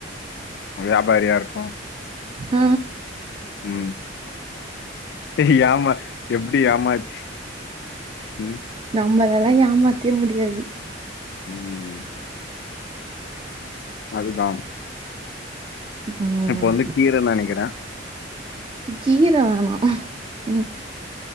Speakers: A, on the left; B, on the right.
A: வியாபாரியா இருக்கோ
B: ஹ
A: ம் தெரியாம எப்டி ஏமாத்தி ம்
B: அம்பதலைய்யா ஆமாத்தியே முடியாது
A: ம் அதுதா
B: ம்
A: இப்ப வந்து கீர நா நிக்கிறே
B: கீர வேணா ம்